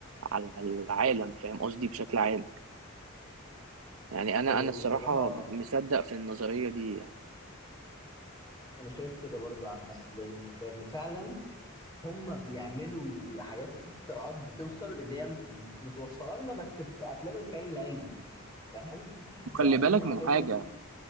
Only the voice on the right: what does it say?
على العالم فاهم قصدي بشكل عام يعني أنا
أنا الصراحة
مصدق في النظرية دي يعني
وخلي
بالك
من حاجة